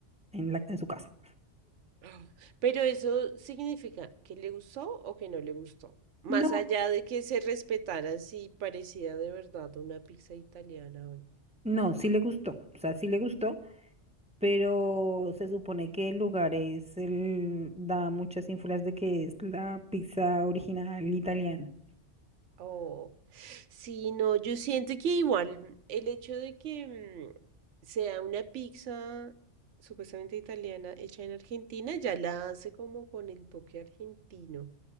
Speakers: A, in the centre; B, on the right (about 80°).
A: en, la, en su casa.
B: Ah, Pero eso significa que le gustó o que no le gustó. Más
A: No,
B: allá de que se respetara si parecía de verdad una pizza italiana o no.
A: no, sí le gustó, o sea, sí le gustó, pero se supone que el lugar es, el, da muchas ínfulas de que es la pizza original italiana.
B: Oh, sí, no, yo siento que igual el hecho de que mm, sea una pizza supuestamente italiana hecha en Argentina ya la hace como con el toque argentino.